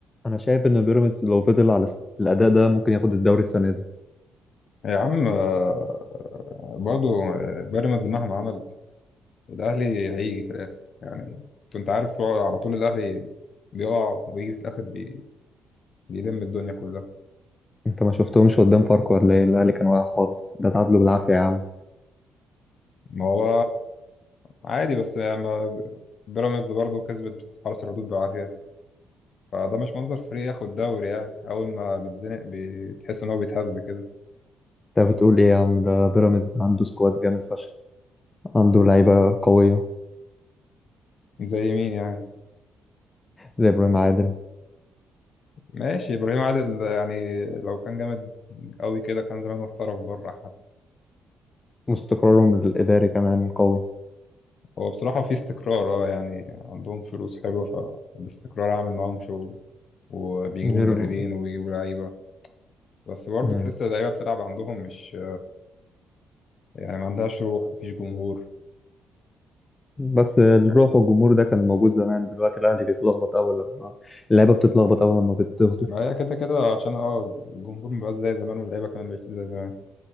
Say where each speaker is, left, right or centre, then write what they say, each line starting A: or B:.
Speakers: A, on the left; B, on the left.
A: انا شايف ان بيراميدز لو فضل على الس- الاداء ده ممكن ياخد الدوري السنه دي
B: يا عم آه، برضو آه، بيراميدز مهما عمل الأهلي هيجي في الآخر يعني أنت أنت عارف طبعاً على طول الأهلي بيقع ويجي في الآخر بي... بيلم الدنيا كلها
A: انت ما شفتهمش قدام فاركو ولا ايه الاهلي كان واقع خالص ده تعادلوا بالعافيه يا عم
B: ما هو عادي بس يعني ما- بيراميدز برضو كسبت حرس الحدود بالعافية فده مش منظر فريق ياخد دوري يعني أول ما بيتزنق بتحس إن هو بيتهز كده
A: انت بتقول ايه يا عم ده بيراميدز عنده سكواد جامد فشخ عنده لعيبه قويه
B: زي مين يعني
A: زي ابراهيم عادل
B: ماشي إبراهيم عادل يعني لو كان جامد قوي كده كان زمانه احترف بره
A: واستقرارهم الاداري كمان قوي
B: هو بصراحة في استقرار اه يعني عندهم فلوس حلوة فالاستقرار عامل معاهم شغل وبيجيبوا
A: غير
B: مدربين وبيجيبوا لعيبة بس برضه
A: مم.
B: تحس اللعيبة بتلعب عندهم مش يعني ما عندهاش روح مفيش جمهور
A: بس الروح والجمهور ده كان موجود زمان دلوقتي الاهلي بيتلخبط اول لما اللعيبه بتتلخبط اول لما بتضغطوا
B: ما هي كده كده عشان اه الجمهور مبقاش زي زمان واللعيبة كمان مبقتش زي زمان